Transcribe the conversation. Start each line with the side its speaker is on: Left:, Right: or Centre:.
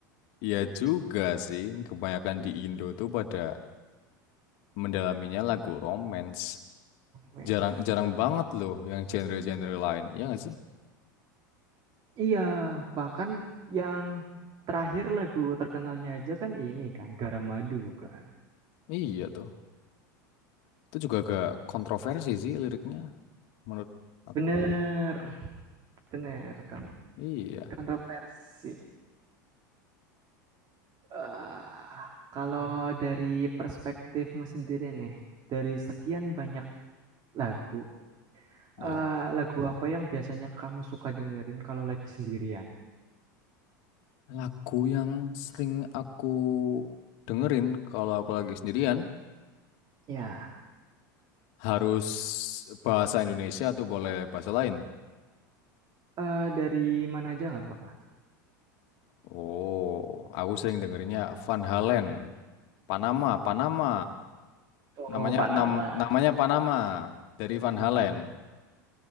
Left: iya juga sih. Kebanyakan di Indo tuh pada mendalaminya lagu romance.
Right: romance.
Left: Jarang, jarang banget loh yang genre-genre lain. Iya nggak sih?
Right: Iya, bahkan yang terakhir lagu terkenalnya aja kan ini kan, Garam Madu kan.
Left: Iya tuh. Itu juga agak kontroversi sih liriknya menurut aku.
Right: Bener bener, kan
Left: Iya.
Right: kontroversi. Eee, kalau dari perspektifmu sendiri nih, dari sekian banyak lagu,
Left: Ya,
Right: eee, lagu apa yang biasanya kamu suka dengerin kalau lagi sendirian?
Left: Lagu yang sering aku dengerin kalau aku lagi sendirian
Right: Ya,
Left: harus bahasa Indonesia atau boleh bahasa lain.
Right: eee, dari mana aja nggak apa-apa.
Left: Oh, aku sering dengerinnya Van Halen, Panama, Panama. Namanya
Right: Oh, Panama
Left: nam, namanya Panama dari Van
Right: Panama.
Left: Halen.